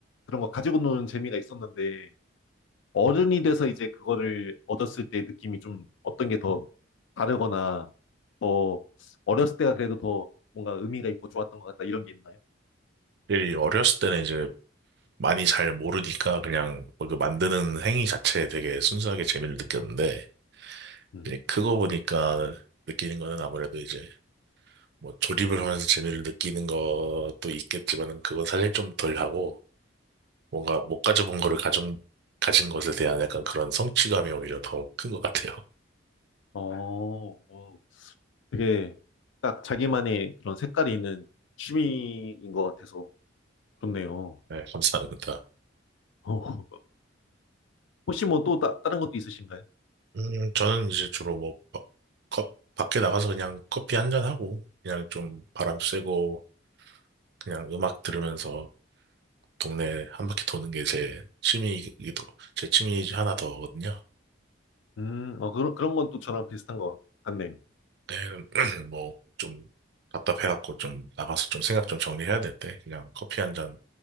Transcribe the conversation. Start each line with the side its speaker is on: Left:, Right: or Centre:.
Left: 그런 거 가지고 노는 재미가 있었는데, 어른이 돼서 이제 그거를 얻었을 때 느낌이 좀 어떤 게 더 다르거나 더 어렸을 때가 그래도 더 뭔가 의미가 있고 좋았던 것 같다 이런 게 있나요?
Right: 일이 어렸을 때는 이제 많이 잘 모르니까 그냥 뭐그 만드는 행위 자체에 되게 순수하게 재미를 느꼈는데
Left: 음.
Right: 이제 크고 보니까 느끼는 거는 아무래도 이제 뭐 조립을 하면서 재미를 느끼는 것도 있겠지만은 그건 사실 좀 덜 하고 뭔가 못 가져본 거를 가져 가진 것에 대한 약간 그런 성취감이 오히려 더 큰 것 같아요.
Left: 어, 어, 되게 딱 자기만의 그런 색깔이 있는 취미인 것 같아서 좋네요.
Right: 아, 네, 감사합니다.
Left: 어, 혹시 뭐 또 다른 것도 있으신가요?
Right: 음, 저는 이제 주로 뭐 바- 컵- 밖에 나가서 그냥 커피 한 잔하고 그냥 좀 바람 쐬고 그냥 음악 들으면서 동네 한 바퀴 도는 게 제 취미이기도, 제 취미 중 하나 더거든요.
Left: 음, 어, 그런, 그런 건 또 저랑 비슷한 것 같네요.
Right: 네, <clears throat> 뭐, 좀 답답해갖고 좀 나가서 좀 생각 좀 정리해야 될 때 그냥 커피 한 잔